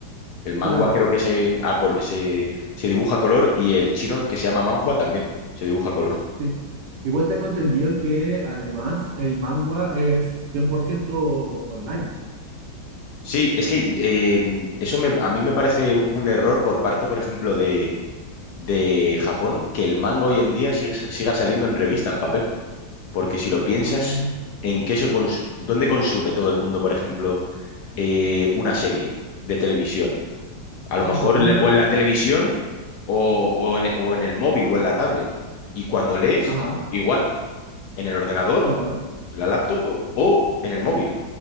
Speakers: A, on the left; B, on the right.
A: El mangua
B: claro,
A: creo que se, a col- se, se dibuja a color y el chino que se llama manhua también se dibuja a color.
B: sí. Igual tengo entendido que además el manga es cien por ciento online.
A: Sí, es que eh, eso me- a mí me parece un error por parte, por ejemplo, de, de Japón, que el manga hoy en día sigue- siga saliendo en revista, en papel. Porque si lo piensas,
B: Mm,
A: ¿en qué se cons- dónde consume todo el mundo, por ejemplo, eh, una serie de televisión? A
B: claro,
A: lo mejor
B: está todo
A: le-
B: en internet.
A: o en la televisión o, o en, o en el móvil o en la tablet. Y cuando lees,
B: Ajá,
A: igual, en el ordenador,
B: claro.
A: la laptop o o en el móvil.